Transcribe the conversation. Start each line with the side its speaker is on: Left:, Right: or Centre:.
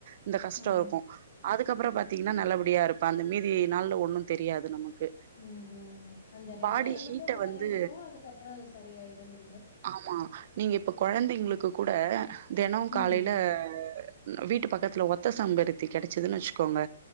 Right: இந்த கஷ்ட
Left: ஆ
Right: இருக்கு அதுக்கப்புறோ பாத்தீங்ன்னா நல்லபடியா இருப்ப அந்த மீதி நாள்ல ஒண்ணு தெரியாது நமக்கு
Left: ம் ம் அந்த ரெண்டு
Right: பாடி
Left: நாள்ல
Right: ஹீட்ட
Left: மட்டு அந்த
Right: வந்து
Left: வலி இருக்கு அதுக்கப்பற அது சரியாயிடுங்குறீங்க
Right: ஆமா நீங்க இப்ப கொழந்தைங்களுக்கு கூட தெனோ காலையில
Left: ம்
Right: ம் வீட்டு பக்கத்துல ஒத்த செம்பருத்தி கெடச்சதுன வச்சுக்கோங்க